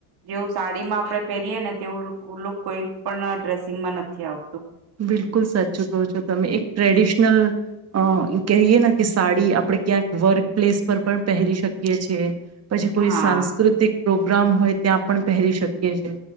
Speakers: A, on the right; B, on the right.
A: જેવું સાડીમાં આપડણે પહેરીય ને તેવું લુક કોઈ પણ ડ્રેસિંગમાં નથી આવ
B: બિલકુલ સાચું કહો છો તમે એક ટ્રેડિશનલ અ કહીએ ને કે સાડી આપડણે ક્યાંક વર્ક પ્લેસ પર પણ પહેરી શકીએ છેએ. પછી કોઈ
A: હા
B: સાંસ્કૃતિક પ્રોગ્રામ હોય ત્યાં પણ પહેરી શકીએ છીએ.